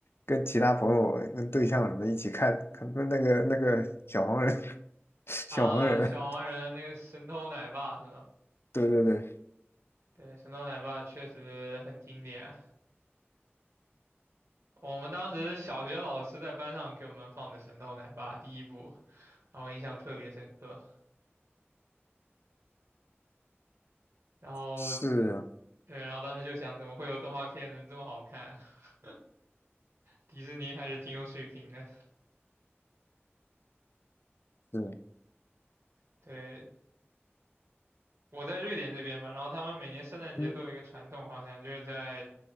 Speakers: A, on the left; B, on the right.
A: 跟其他朋友、跟对象什么的一起看，看那个那个小黄人，<laughs> 小黄人啊，
B: 啊？小黄人那个神偷奶爸是吧？
A: 对对对，
B: 对，神偷奶爸确实很经典啊，我们当时小学老师在班上给我们放的神偷奶爸第一部，然后我印象特别深刻。然后
A: 是啊，
B: 对，然后当时就想，怎么会有动画片能这么好看？<laughs> 迪士尼还是挺有水平的。
A: 是啊
B: 对，我在瑞典这边嘛，然后他们每年圣诞节都有一个传统，
A: 嗯
B: 好像就是在